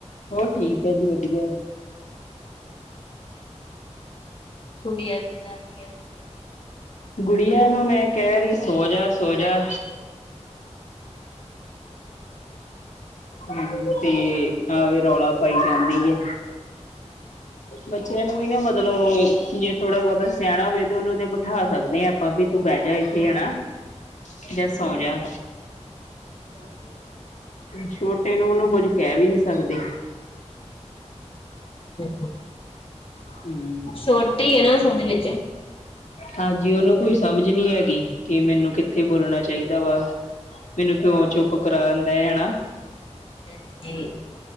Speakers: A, on the left; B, on the left.
A: ਹੋਰ ਠੀਕ ਏ ਜੀ ਵਧੀਆ।
B: ਗੁੜਿਆ ਕੀ ਕਰਦੀ ਐਂ।
A: ਗੁੜੀਆਂ ਨੂੰ ਮੈਂ ਕਹਿ ਰਹੀ ਸੋ ਜਾ, ਸੋ ਜਾ। ਮੰਮੀ ਆਈ ਤੇ ਆਵੇ ਰੌਲਾ ਪਾਈ ਜਾਂਦੀ ਏ। ਬੱਚਿਆਂ ਨੂੰ ਵੀ ਨਾ ਮਤਲਬ ਜੇ ਥੋੜਾ ਬਹੁਤਾ ਸਿਆਣਾ ਹੋਵੇ ਤੇ ਉਹਨੂੰ ਤੇ ਬਿਠਾ ਸਕਦੇ ਹਾਂ। ਭਾਬੀ ਵੀ ਤੂੰ ਬਹਿ ਜਾ ਇੱਥੇ ਹਨਾ ਜਾਂ ਸੌ ਜਾ।
B: ਹਾਂਜੀ
A: ਛੋਟੇ ਨੂੰ ਉਹਨੂੰ ਕੁੱਝ ਕਹਿ ਵੀ ਨੀ ਸਕਦੇ।
B: ਹਮ
A: ਹਮ
B: ਛੋਟੀ ਏ ਨਾ ਅਸਲ ਦੇ ਵਿੱਚ
A: ਹਾਂਜੀ ਓਹਨੂੰ ਕੋਈ ਸਮਝ ਨਹੀਂ ਹੈਗੀ ਕਿ, ਮੈਨੂੰ ਕਿੱਥੇ ਬੋਲਣਾ ਚਾਹੀਦਾ ਵਾ। ਮੈਨੂੰ ਕਿਉਂ ਚੁੱਪ ਕਰਨਾਂ ਬੈਹ ਜਾਣਾ
B: ਹਾਂਜੀ